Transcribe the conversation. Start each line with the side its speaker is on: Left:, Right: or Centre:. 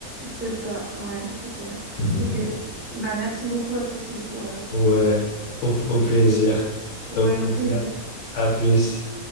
Right: C'est ça, ouais, c'est clair.
Left: <laughs>
Right: Ok. Bah, merci beaucoup à toi, Thibaut, pour, euh,
Left: Ouais, au, au plaisir.
Right: pour tout ça. Ouais,
Left: Au plaisir.
Right: au plaisir.
Left: À plus.